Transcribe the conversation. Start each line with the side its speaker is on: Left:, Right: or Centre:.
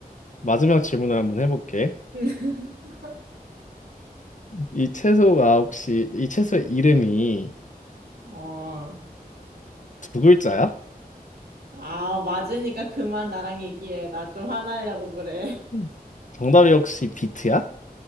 Left: 마지막 질문을 한번 해볼게.
Right: <laughs>
Left: 이 채소가 혹시 이 채소의 이름이
Right: 어.
Left: 두 글자야?
Right: 아, 맞으니까 그만 나랑 얘기해. 나 좀 화나려고 그래. <laughs>
Left: 음. 정답이 혹시 비트야?